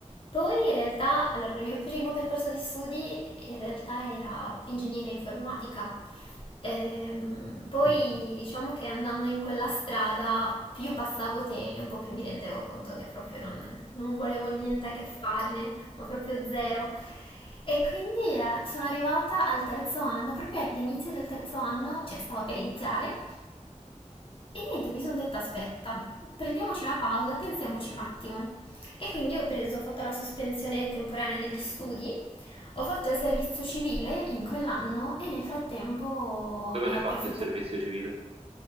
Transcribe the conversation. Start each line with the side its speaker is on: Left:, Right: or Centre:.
Left: Poi in realtà, allora, il mio primo percorso di studi in realtà era ingegneria informatica. Ehm, poi diciamo che andando in quella strada, più passavo tempo, più mi rendevo conto che proprio non, non volevo niente a che farne, ma proprio zero. E quindi eh, sono arrivata al terzo anno, proprio all'inizio del terzo anno, cioè stava per iniziare. E niente, mi sono detta aspetta, prendiamoci una pausa, pensiamoci un attimo. E quindi ho preso, ho fatto la sospensione temporanea degli studi, ho fatto il servizio civile in quell'anno e nel frattempo
Right: Dove
Left: ne
Right: l'hai
Left: ho
Right: fatto
Left: approfittato.
Right: il servizio civile?